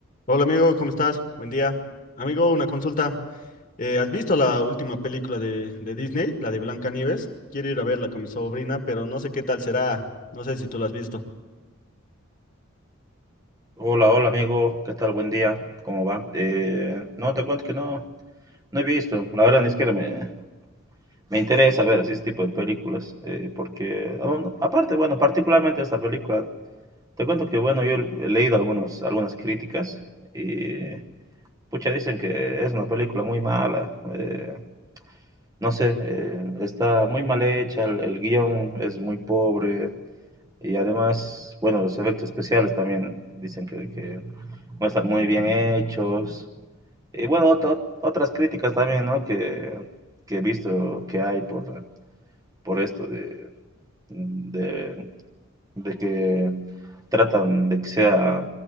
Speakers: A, on the left; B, on the right.
A: Hola amigo, ¿cómo estás? Buen día. Amigo, una consulta. Eh, ¿has visto la última película de, de Disney, la de Blancanieves? Quiero ir a verla con mi sobrina, pero no sé qué tal será. No sé si tú la has visto.
B: Hola, hola amigo, ¿qué tal? Buen día, ¿cómo va? Eh, no, te cuento que no, no he visto, la verdad ni siquiera me, me interesa ver así este tipo de películas, eh, porque, ah, bueno, aparte, bueno, particularmente esta película, te cuento que, bueno, yo he leído algunos, algunas críticas y, pucha, dicen que es una película muy mala, eh, no sé, eh, está muy mal hecha, el, el guión es muy pobre, y además, bueno, los efectos especiales también dicen que, que no están muy bien hechos. Y bueno, otro- otras críticas también, ¿no? Que, que he visto que hay por, por esto de, de, de que tratan de que sea